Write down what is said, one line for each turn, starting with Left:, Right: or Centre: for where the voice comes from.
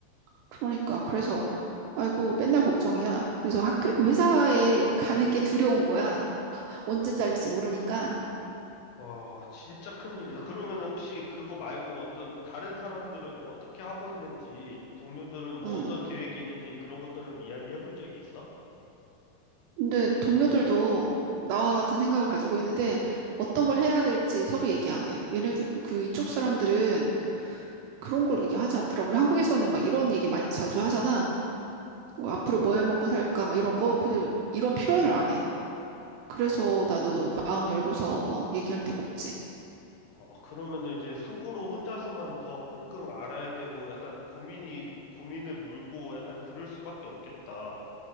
Right: 그러니까, 그래서, 아이고, 맨날 걱정이야. 그래서 학교, 회사에 가는 게 두려운 거야. <laughs> 언제 잘릴지 모르니까.
Left: 와, 진짜 큰일이다. 그러면 혹시 그거 말고 어떤 다른 사람들은 어떻게 하고 있는지, 동료들은 뭐
Right: 음.
Left: 어떤 계획이 있는지 그런 것들은 이야기해 본 적이 있어?
Right: 근데 동료들도 나와 같은 생각을 가지고 있는데, 어떤 걸 해야 될지 서로 얘기 안 해. 얘네들, 그 이쪽 사람들은 그런 걸 얘기하지 않더라고. 우리 한국에서는 막 이런 얘기 많이 자주 하잖아. 뭐 앞으로 뭐 해 먹고 살까 막 이런 거 근데 이런 표현을 안 해. 그래서
Left: 어,
Right: 나도 마음 열고서 얘기할 데가 없지.
Left: 어, 그러면 이제 속으로 혼자서만 더 끙끙 앓아야 되고 약간 고민이, 고민을 물고 약간 그럴 수밖에 없겠다.